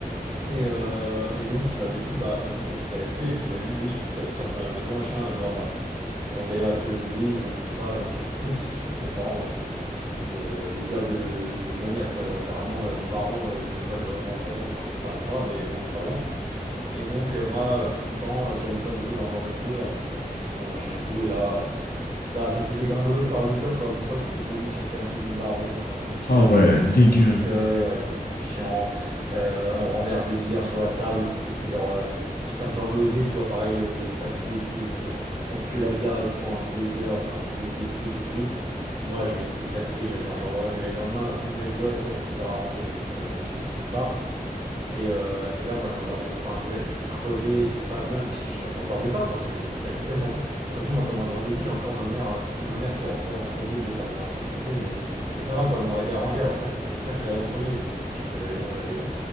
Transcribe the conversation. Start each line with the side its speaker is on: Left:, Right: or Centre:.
Right: Et, euh, et donc, il m'avait dit, bah, enfin, du coup, moi j'étais resté, et puis il m'avait dit, Louis, surtout, t'invites personne à la maison, machin, et moi, bah, un grand gaillard et tout, j'avais dit, oui, vous inquiétez pas, j'invite personne et tout, parce que surtout, mes parents, moi, c'est c'est euh, le diable de maniaque, quoi. Genre, littéralement, euh, mon daron, euh, il veut pas que je rentre dans le salon, enfin, pas à ce point-là, mais bon, on n'est pas loin. Et donc, euh, moi, euh, tout content, euh, je dis à mes potes, vas-y, on va au resto, et après, on fait la soirée chez moi, machin et tout, et là. euh, bah, ça s'est dégringolé au fur et à mesure, quoi. Mon pote qui vomit sur le canapé de mon daron, enfin sur le petit
Left: Ah
Right: canapé
Left: ouais,
Right: ouais, de
Left: dégueu.
Right: mon da- le fauteuil, ouais, ça c'était chiant. Euh, on renverse des bières sur la table, puis tu sais, c'était genre euh, un truc un peu en osier, tu vois, pareil, le, le tapis et tout. Donc euh, ça puait la bière et tout pendant des heures, enfin des, des, des trucs et tout. Moi, j'ai été paniqué, j'ai j'ai- genre, les lendemains, tout le monde m'avait dit, ouais, je t'ai- on t'aidera à ranger. Au final, bien sûr, tout le monde part. Et, euh, et là, moi, j'en dormais. Enfin, déjà, j'étais crevé, j'étais pas bien, et puis j'en j'en dormais pas, quoi, parce que j'étais- j'avais tellement peur. Surtout, moi, comme un grand débile, encore ma mère, euh, si c'était ma mère qui rentrait en premier, bon, bah, elle m'aurait défoncé, mais, mais ça va, quoi, elle m'aurait dérangé, alors que là, c'était mon père qui arrivait en premier, donc euh, c'est sûr que j'allais, moi, j'allais euh,